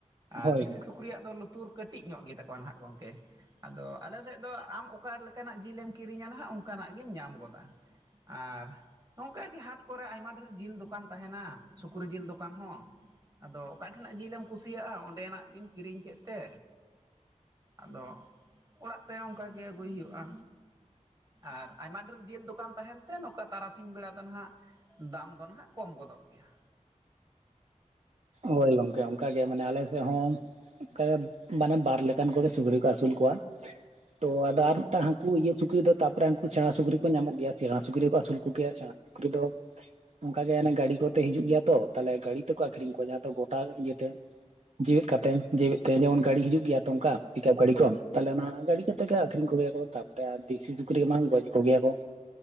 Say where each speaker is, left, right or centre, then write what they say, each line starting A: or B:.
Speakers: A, on the right (about 30°); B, on the right (about 55°).
A: ᱟᱨ
B: ᱦᱳᱭ
A: ᱫᱤᱥᱤ ᱩᱠᱨᱤᱭᱟᱜ ᱫᱚ ᱞᱩᱛᱩᱨ ᱠᱟᱹᱴᱤᱡ ᱧᱚᱜ ᱜᱮᱛᱟ ᱠᱚᱣᱟ ᱱᱟᱦᱟᱸᱜ ᱜᱚᱢᱠᱮ ᱟᱫᱚ ᱟᱞᱮ ᱥᱮᱫ ᱫᱚ ᱟᱢ ᱚᱠᱟ ᱞᱮᱠᱟᱱᱟᱜ ᱡᱤᱞᱮᱢ ᱠᱤᱨᱤᱧᱟ ᱱᱟᱦᱟᱸᱜ ᱚᱱᱠᱟᱱᱟᱜ ᱜᱮᱢ ᱧᱟᱢ ᱜᱚᱫᱟ ᱟᱨ ᱱᱚᱝᱠᱟ ᱜᱮ ᱦᱟᱴ ᱠᱚᱨᱮ ᱟᱭᱢᱟ ᱰᱷᱮᱨ ᱡᱤᱞ ᱫᱚᱠᱟᱱ ᱛᱟᱦᱮᱱᱟ ᱥᱩᱠᱨᱤ ᱡᱤᱞ ᱫᱚᱠᱟᱱ ᱦᱚᱸ ᱟᱫᱚ ᱚᱠᱟ ᱴᱷᱮᱱᱟᱜ ᱡᱤᱞᱮᱢ ᱠᱩᱥᱤᱭᱟᱜᱼᱟ ᱚᱸᱰᱮᱱᱟᱜ ᱜᱮᱢ ᱠᱤᱨᱤᱧ ᱠᱮᱫ ᱛᱮ ᱟᱫᱚ ᱚᱲᱟᱜ ᱛᱮ ᱚᱱᱠᱟᱜᱮ ᱟᱹᱜᱩᱭ ᱦᱩᱭᱩᱜᱼᱟ ᱟᱨ ᱟᱭᱢᱟ ᱰᱷᱮᱨ ᱡᱮᱞ ᱫᱚᱠᱟᱱ ᱛᱟᱦᱮᱱ ᱛᱮ ᱱᱚᱝᱠᱟ ᱛᱟᱨᱟᱥᱤᱧ ᱵᱮᱲᱟ ᱫᱚ ᱱᱟᱦᱟᱸᱜ ᱫᱟᱢ ᱫᱚ ᱱᱟᱦᱟᱜ ᱠᱚᱢ ᱜᱚᱫᱚᱜ ᱜᱮᱭᱟ
B: ᱦᱳᱭ ᱜᱚᱝᱠᱮ ᱚᱱᱠᱟᱜᱮ ᱢᱟᱱᱮ ᱟᱞᱮ ᱥᱮᱫ ᱦᱚᱸ ᱠᱟᱨᱚᱱ ᱢᱟᱱᱮ ᱵᱟᱨ ᱞᱮᱠᱟᱱ ᱠᱚᱜᱮ ᱥᱩᱠᱨᱤ ᱠᱚ ᱟᱹᱥᱩᱞ ᱠᱚᱣᱟ ᱛᱚ ᱟᱫᱚ ᱟᱨ ᱢᱤᱫᱴᱟᱝ ᱦᱟᱹᱠᱩ ᱤᱭᱟᱹ ᱥᱩᱠᱨᱤ ᱫᱚ ᱛᱟᱯᱚᱨᱮ ᱩᱱᱠᱩ ᱥᱮᱬᱟ ᱥᱩᱠᱨᱤ ᱠᱚ ᱧᱟᱢᱚᱜ ᱜᱮᱭᱟ ᱥᱮᱬᱟ ᱥᱩᱠᱨᱤ ᱠᱚ ᱟᱹᱥᱩᱞ ᱠᱚᱮᱭᱟ ᱥᱮᱬᱟ ᱥᱩᱠᱨᱤ ᱫᱚ ᱚᱱᱠᱟ ᱜᱮ ᱚᱱᱮ ᱜᱟᱹᱰᱤ ᱠᱚᱛᱮ ᱦᱤᱡᱩᱜ ᱜᱮᱭᱟ ᱛᱚ ᱛᱟᱦᱞᱮ ᱜᱟᱹᱰᱤ ᱛᱮᱠᱚ ᱟᱠᱷᱨᱤᱧ ᱠᱚᱣᱟ ᱡᱟᱦᱟᱸ ᱛᱚ ᱜᱚᱴᱟ ᱤᱭᱟᱹᱛᱮ ᱡᱮᱣᱮᱫ ᱠᱟᱛᱮ ᱡᱮᱣᱮᱫ ᱛᱮ ᱡᱮᱢᱚᱱ ᱜᱟᱹᱰᱤ ᱦᱤᱡᱩᱜ ᱜᱮᱭᱟ ᱛᱚ ᱚᱱᱠᱟ ᱯᱤᱠᱟᱯ ᱜᱟᱹᱰᱤ ᱠᱚ ᱛᱟᱦᱚᱞᱮ ᱚᱱᱟ ᱜᱟᱹᱰᱤ ᱠᱟᱛᱮᱜᱮ ᱟᱠᱷᱨᱤᱧ ᱠᱚᱭᱟᱠᱚ ᱛᱟᱯᱚᱨᱮ ᱟᱨ ᱫᱮᱥᱤ ᱥᱩᱠᱨᱤ ᱮᱢᱟᱱ ᱜᱚᱡ ᱠᱚᱜᱮᱭᱟ ᱠᱚ